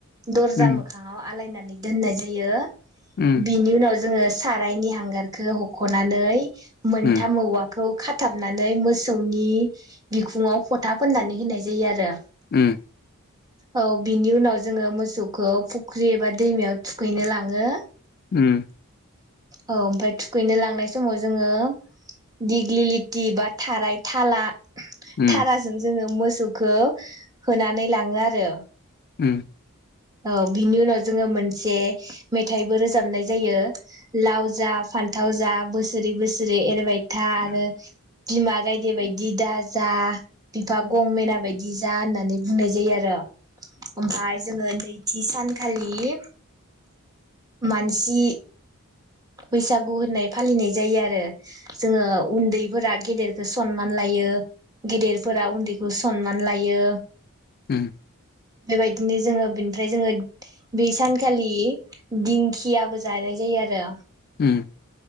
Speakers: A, on the right; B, on the left.
A: दर्जा
B: उम
A: मोखाङाव आलायना दोननाय जायो।
B: उम
A: बिनि उनाव जोङो सारायनि हांगारखो हखनानै मोनथाम
B: उम
A: औवा खौ खाथाबनानै मोसौनि बिखुंङाव फोथा फोननानै होनाय जायो आरो।
B: उम
A: औ बिनि उनाव जोङो मोसौखो फुख्रि एबा दैमायाव थुखैनो लाङो।
B: उम।
A: औ ओमफाय थुखैनो लांनाय समाव जोङो दिग्लिलिति बा थाराय थाला
B: उम
A: थाराजों जोंङो मोस सौखो होनानै लाङो आरो।
B: उम।
A: औ बिनि उनाव जोङो मोनसे मेथाइबो रोजाबनाय जायो। लावजा फान थाव जा बोसोरि बोसो रि एरबाय था आरो बिमा गायदे बाय दि दाजा बिफा गं मेना बाय बिजा होननानै बुंनाय जायो आरो। ओमफाय जोङो नैथि सानखालि मानसि बैसागु होननाय फालिनाय जायो आरो। जोङो उन्दै फोरा गेदेरखो सनमान लायो। गिदिरफोरा उन्दैखौ सन मान लायो।
B: उम
A: बेबायदिनो जोङो बिनिफ फ्राय जोङो बे सानखालि दिंखियाबो जानाय जायो आरो
B: उम